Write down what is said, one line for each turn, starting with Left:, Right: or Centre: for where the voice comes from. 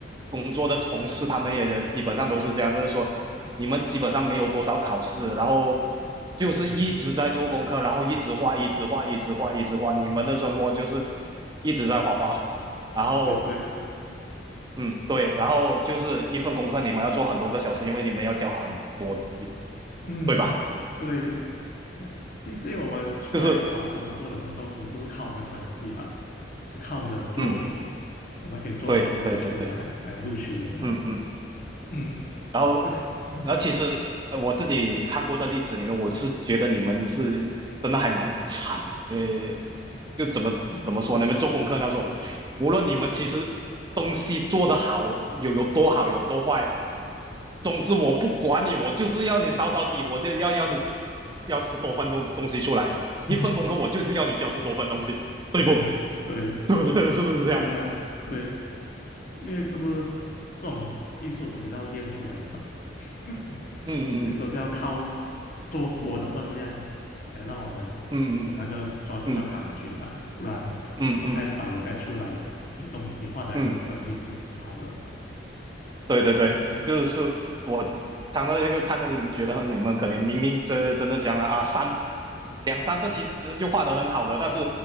Right: 工作的同事他们也基本上都是这样，就是说你们基本上没有多少考试，然后就是一直在做功课，
Left: 嗯，
Right: 然后一直画，一直画，一直画，一直画，你们的生活就是一直在画画。然后
Left: 也对，
Right: 嗯，对，然后就是一份功课，你们要做很多个小时，因为你们要教很多东西，
Left: 嗯，
Right: 对吧？
Left: 对，毕竟我们出来找工作的时候，
Right: 就嗯是，
Left: 也不是靠我们成绩吧，是靠我们的作品，
Right: 嗯，
Left: 我们可以做到什么东西出来来录取我们。
Right: 对对对对，嗯嗯，
Left: 嗯，
Right: 然后然后其实呃我自己看过的例子里面，
Left: 对，嗯，
Right: 我是觉得你们是真的还蛮惨的，呃，就怎么怎么说呢？
Left: 错，
Right: 做功课那时候，无论你们其实东西做得好，有有多好，有多坏，总之我不管你，我就是要你扫扫地，我就要要你交十多分钟东西出来，
Left: <laughs>
Right: 一份功课我就是要你交十多份东西，对不？
Left: 对对
Right: <laughs> 对不对？<laughs> 是不是这样？
Left: 对呀、对，因为这是这种艺术的东西是要练出来的嘛，<laughs>
Right: 嗯
Left: 所以都是要靠做多的分量来让我们有那个抓住那感觉吧，
Right: 嗯嗯嗯
Left: 不然做太少了再出来，
Right: 嗯嗯嗯嗯。嗯嗯
Left: 你懂你画的还是很生硬就不好了。
Right: 嗯对对对，
Left: 嗯。
Right: 就是我常常一个看到你们觉得很你们可怜，明明真真的讲了啊，三两三分其实就画得很好了，但是